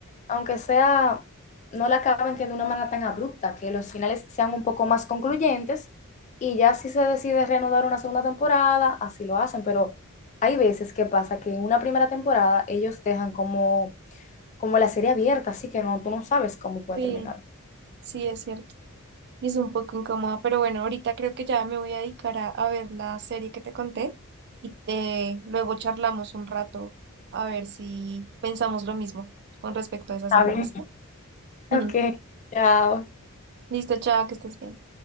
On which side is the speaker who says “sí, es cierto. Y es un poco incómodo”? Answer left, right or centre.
Right